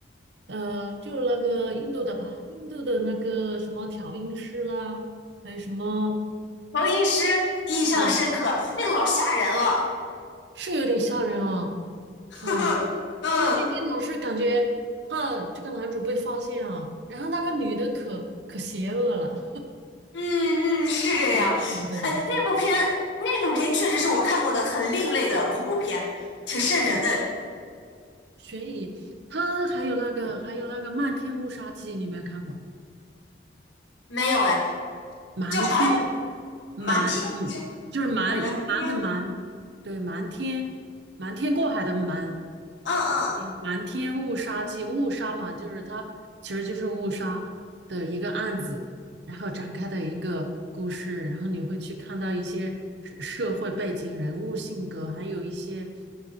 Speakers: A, on the right; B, on the left.
A: 呃，就是那个印度的吧，印度的那个什么调音师啦，还有什么，
B: 乔音师印象深刻，
A: 对，
B: 那个老吓人了。
A: 是有点吓人啊，
B: <laughs>
A: 是吧？
B: 嗯。
A: 就是你你总是感觉怕这个男主被发现啊，然后那个女的可可邪恶了。
B: 嗯嗯，是这样。
A: 累的不得了。
B: 哎，那部片那部片确实是我看过的很另类的恐怖片，挺瘆人的。
A: 嗯，悬疑，它还有那个还有那个《漫天乌纱记》，你有没有看过？
B: 没有哎，
A: 瞒天，
B: 叫啥来着？
A: 瞒，
B: 瞒天误杀，
A: 嗯，就是瞒，
B: 瞒天，
A: 隐瞒的瞒，对，瞒天，瞒天过海的瞒，
B: 嗯嗯，
A: 瞒天，瞒天误杀记，误杀嘛，就是它其实就是误杀的一个案子，然后展开的一个故事，然后你会去看到一些社社会背景、人物性格，还有一些，